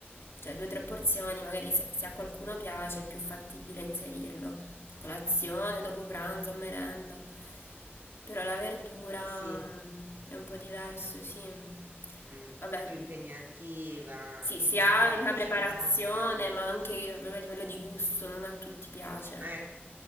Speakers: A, on the left; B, on the right.
A: cioè, due o tre porzioni, magari se, se a qualcuno piace è più fattibile inserirlo. Colazione, dopo pranzo, merenda. Però la verdura
B: Sì,
A: mm, è un po' diverso, sì.
B: mm,
A: Vabbè,
B: è più impegnativa anche,
A: sì, si ha
B: no? A
A: la
B: cucinarla.
A: preparazione, ma anche proprio a livello di gusto, non a tutti piace.
B: Eh,